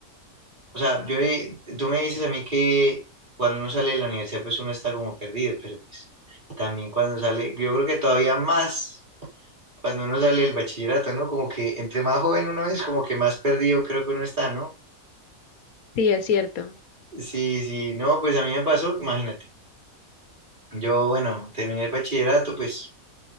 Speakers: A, on the right; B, on the left.
A: o sea, yo, he- tú me dices a mí que cuando uno sale de la universidad, pues uno está como perdido, pero pues también cuando sale, yo creo que todavía más. cuando uno sale del bachillerato, ¿no? Como que entre más joven uno es, como que más perdido creo que uno está, ¿no?
B: Sí, es cierto.
A: Sí, sí, no, pues a mí me pasó, imagínate. Yo, bueno, terminé el bachillerato, pues,